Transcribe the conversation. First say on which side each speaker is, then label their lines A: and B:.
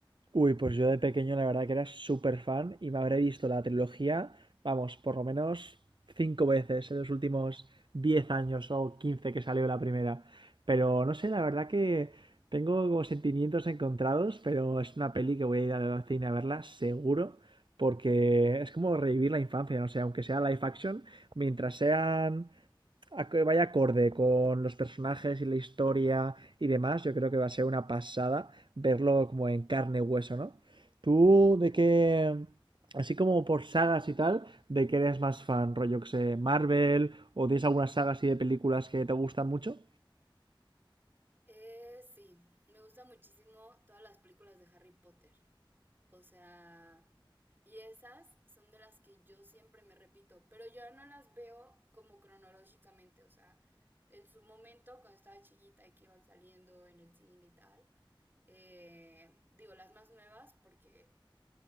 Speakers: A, on the right; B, on the right.
A: Uy, pues yo de pequeño la verdad que era súper fan y me habré visto la trilogía, vamos, por lo menos cinco veces en los últimos 10 años o 15 que salió la primera. Pero no sé, la verdad que tengo como sentimientos encontrados, pero es una peli que voy a ir al cine a verla seguro, porque es como revivir la infancia, no sé, aunque sea live action, mientras sean a que vaya acorde con los personajes y la historia y demás, yo creo que va a ser una pasada verlo como en carne y hueso, ¿no? Tú, de qué, así como por sagas y tal, de qué eres más fan, rollo que sé, Marvel, o tienes algunas sagas así de películas que te gustan mucho?
B: Eh, sí, me gusta muchísimo todas las películas de Harry Potter. O sea, y esas son de las que yo siempre me repito, pero yo no las veo como cronológicamente, o sea, en su momento cuando estaba chiquita y que iban saliendo en el cine y tal, eh, digo las más nuevas porque